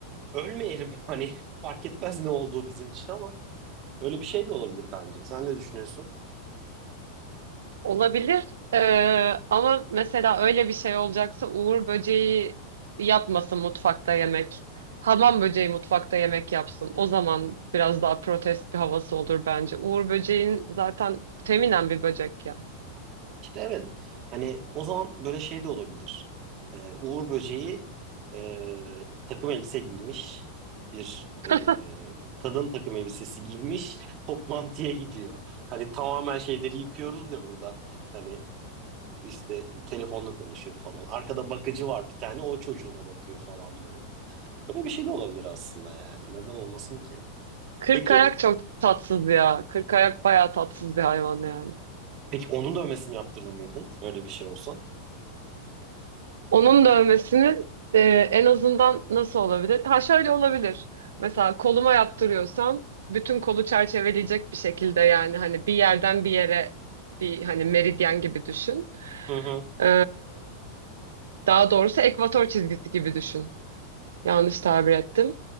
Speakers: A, on the right (about 35°); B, on the right (about 60°).
A: ölmeyelim <laughs> hani fark etmez ne olduğu bizim için ama öyle bir şey de olabilir bence. Sen ne düşünüyorsun?
B: Olabilir. Ee, ama mesela öyle bir şey olacaksa Uğur böceği yapmasın mutfakta yemek. Hamam böceği mutfakta yemek yapsın. O zaman biraz daha protest bir havası olur bence. Uğur böceğin zaten feminen bir böcek ya.
A: İşte evet. Hani o zaman böyle şey de olabilir. Ee, Uğur Böceği e, takım elbise giymiş. Bir
B: <laughs>
A: e, kadın takım elbisesi giymiş. <laughs> Toplantıya gidiyor. Hani tamamen şeyleri yıkıyoruz ya burada. Hani işte telefonla konuşuyor falan. Arkada bakıcı var bir tane. O çocuğuna bakıyor falan böyle. Böyle bir şey de olabilir aslında yani. Neden olmasın ki?
B: Kırk
A: Peki,
B: ayak çok tatsız ya. Kırk ayak bayağı tatsız bir hayvan yani.
A: peki onun dövmesini yaptırır mıydın? Öyle bir şey olsa.
B: Onun dövmesinin e, en azından nasıl olabilir? Ha şöyle olabilir. Mesela koluma yaptırıyorsan bütün kolu çerçeveleyecek bir şekilde yani hani bir yerden bir yere bir hani meridyen gibi düşün.
A: Hı hı.
B: Ee, daha doğrusu ekvator çizgisi gibi düşün. Yanlış tabir ettim.